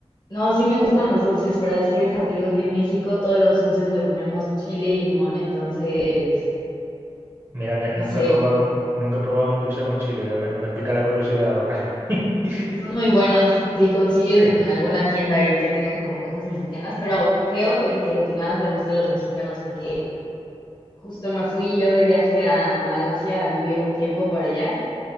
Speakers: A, on the left (about 40°); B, on the right (about 30°).
A: No, sí me gustan los dulces, pero es que déjate digo que en México todos los dulces le ponemos chile y limón, entonces,
B: Mira que
A: no
B: nunca
A: sé,
B: he probado un, nunca he probado un dulce con chile, que me, me pica la curiosidad ahora. <laughs>
A: son muy buenos si consigues
B: Sí.
A: en alguna tienda ahí que tengan como cosas mexicanas, pero creo, déjate digo que nada más le gusta a los mexicanos porque justo me fui yo de viaje a Malasia a vivir un tiempo por allá.